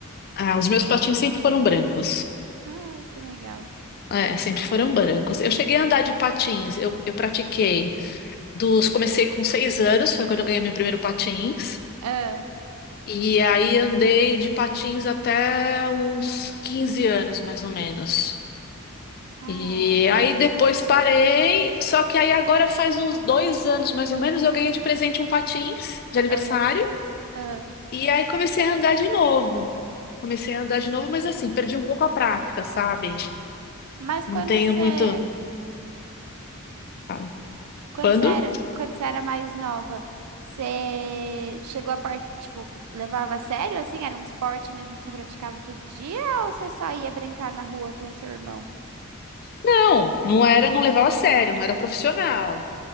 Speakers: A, on the left; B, on the right.
A: Ah, os meus patins sempre foram brancos.
B: Ai, que legal.
A: É, sempre foram brancos. Eu cheguei a andar de patins, eu, eu pratiquei dos, comecei com seis anos, foi quando eu ganhei meu primeiro patins,
B: Ah,
A: e aí andei de patins até uns 15 anos, mais ou menos.
B: caramba.
A: E aí depois parei, só que aí agora faz uns dois anos, mais ou menos, eu ganhei de presente um patins de aniversário,
B: Ah, ah.
A: e aí comecei a andar de novo. Comecei a andar de novo, mas assim, perdi um pouco a prática, sabe?
B: mas
A: Não
B: quando
A: tenho
B: você.
A: muito. Fala.
B: Quando
A: Quando?
B: você era, quando você era mais nova, você chegou a parte, tipo, levava a sério, assim? Era um esporte mesmo que você praticava todo dia? Ou você só ia brincar na rua com seu irmão?
A: Não, não era, não levava a sério, não era profissional.